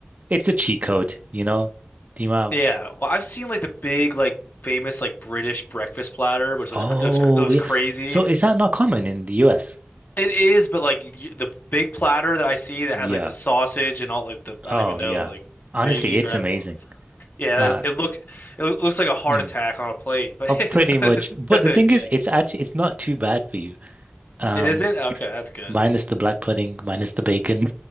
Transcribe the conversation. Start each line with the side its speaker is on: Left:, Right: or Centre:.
Right: It's a cheat code, you know, the amount
Left: Yeah,
Right: of,
Left: well, I've seen like the big, like famous, like British breakfast platter, which looks
Right: oh,
Left: it looks, it looks
Right: yeah.
Left: crazy.
Right: So is that not common in the US?
Left: It is, but like y- the big platter that I see that
Right: Yeah.
Left: has like the sausage and all like the I
Right: Oh,
Left: don't even know
Right: yeah.
Left: like
Right: Honestly,
Left: gravy
Right: it's
Left: or I
Right: amazing.
Left: don't know. Yeah,
Right: Uh,
Left: it, it looks it loo- looks like a heart
Right: mm.
Left: attack on a plate, but
Right: Oh,
Left: <laughs>
Right: pretty
Left: it's
Right: much. But
Left: good.
Right: the thing
Left: Yeah,
Right: is, it's actually, it's not too bad for you. Um,
Left: it isn't. Okay, that's good.
Right: minus the black pudding, minus the bacon,